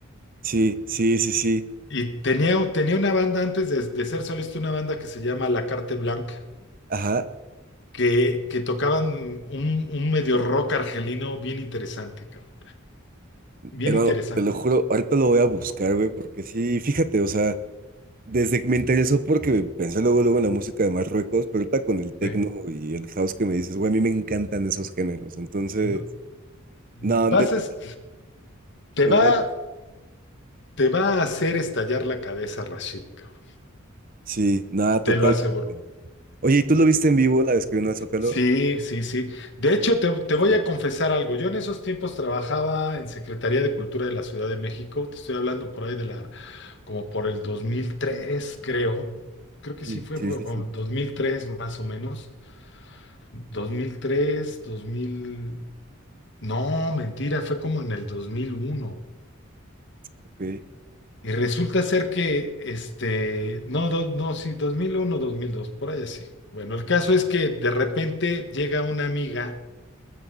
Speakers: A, on the right (about 45°); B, on the left (about 60°).
A: sí, sí, sí, sí.
B: Y tenía, un- tenía una banda antes de, de ser solista, una banda que se llama La Carte Blanca,
A: Ajá.
B: que, que tocaban un, un medio rock argelino bien interesante, cabrón. Bien
A: Hermano,
B: interesante.
A: te lo juro, ahorita lo voy a buscar, güey, porque sí, fíjate, o sea, desde que me interesó porque pensé luego, luego en la música de Marruecos, pero ahorita con el techno
B: Sí.
A: y el house que me dices, güey, a mí me encantan esos géneros, entonces...
B: No- vas
A: No, neta,
B: a es- te
A: me voy
B: va,
A: a...
B: te va a hacer estallar la cabeza, Rashid, cabrón.
A: Sí, nada,
B: Te
A: totalmente.
B: lo aseguro.
A: Oye, ¿y tú lo viste en vivo la vez que vino al Zócalo?
B: Sí, sí, sí. De hecho, te, te
A: Joder.
B: voy a confesar algo. Yo en esos tiempos trabajaba en Secretaría de Cultura de la Ciudad de México. Te estoy hablando por ahí de la, como por el 2003, creo. Creo que
A: Sí,
B: sí fue,
A: sí,
B: fue
A: sí,
B: con
A: sí,
B: 2003, más o menos. Dos mil tres, dos mil. No, mentira, fue como en el 2001.
A: ok.
B: Y resulta ser que, este, no, do- no, sí, dos dos mil uno, dos mil dos, por ahí así. Bueno, el caso es que de repente llega una amiga.